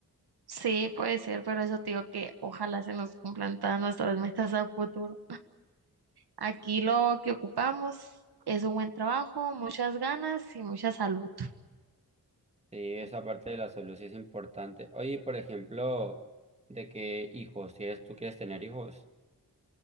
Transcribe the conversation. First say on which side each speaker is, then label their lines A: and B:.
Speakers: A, on the right (about 80°); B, on the right (about 15°).
A: Sí, puede ser, pero eso te digo que ojalá se nos cumplan todas nuestras metas a futuro. Aquí lo que ocupamos es un buen trabajo, muchas ganas y mucha salud.
B: Sí, esa parte de la salud sí es importante. Oye, por ejemplo, de que hijos, si es, tú quieres tener hijos,